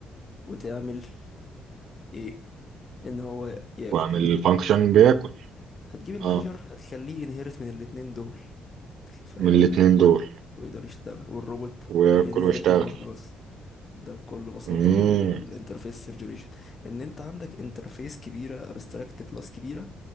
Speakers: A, on the left; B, on the right.
A: وتعمل ايه ان هو ياكل
B: واعمل الفانكشن بياكل
A: هتجيب المانجر
B: اه
A: هتخليه انهيرت من الاتنين دول فيقدر
B: من الاتنين
A: ياكل
B: دول
A: ويقدر يشتغل والروبوت
B: وياكل
A: هينهرت
B: ويشتغل
A: من واحدة بس ده بكل بساطة
B: امم
A: الانترفيس سيرجريشن ان انت عندك انترفيس كبيرة ابستراكت كلاس كبيرة